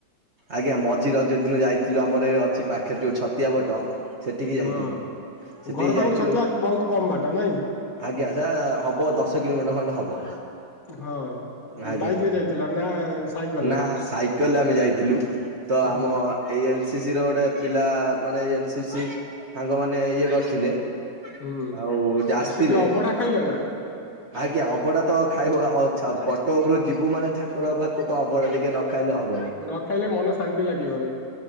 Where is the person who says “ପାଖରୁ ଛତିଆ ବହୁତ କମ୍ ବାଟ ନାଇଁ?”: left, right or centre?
Left